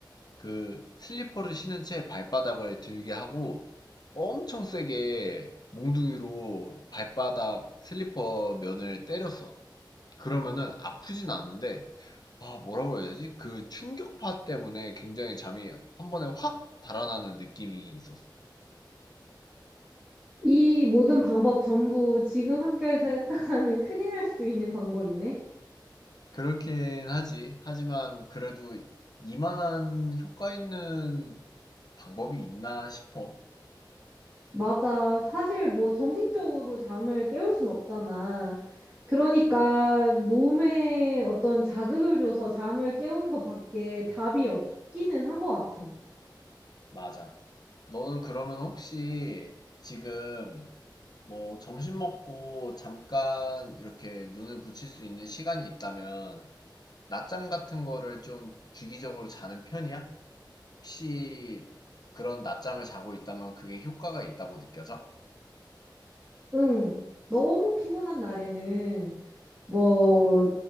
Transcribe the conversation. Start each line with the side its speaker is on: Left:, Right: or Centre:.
Left: 그 슬리퍼를 신은 채 발바닥을 들게 하고, 엄청 세게 몽둥이로 발바닥 슬리퍼 면을 때렸어. 그러면은 아프진 않은데, 아, 뭐라고 해야 되지? 그 충격파 때문에 굉장히 잠이 한 번에 확 달아나는 느낌이 있었어.
Right: 이 모든 방법 전부 지금 학교에서 했다가는 <laughs> 큰일 날 수도 있는 방법이네.
Left: 그렇긴 하지. 하지만 그래도 이만한 효과 있는 방법이 있나 싶어.
Right: 맞아. 사실 뭐 정신적으로 잠을 깨울 순 없잖아. 그러니까 몸에 어떤 자극을 줘서 잠을 깨우는 것밖에 답이 없기는 한 것 같아.
Left: 맞아. 너는 그러면 혹시 지금 뭐 점심 먹고 잠깐 이렇게 눈을 붙일 수 있는 시간이 있다면 낮잠 같은 거를 좀 주기적으로 자는 편이야? 혹시 그런 낮잠을 자고 있다면 그게 효과가 있다고 느껴져?
Right: 응. 너무 피곤한 날에는 뭐